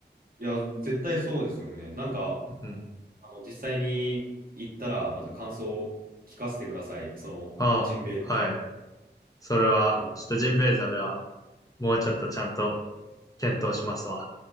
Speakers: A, on the right; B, on the left.
A: いや、絶対そうですよね。なんか、
B: うん。
A: あの、実際に行ったら、また感想を聞かせてください。その、
B: ああ、
A: ジンベエザメ
B: はい。それは、
A: また
B: ちょっとジンベエザメはもうちょっとちゃんと検討しますわ。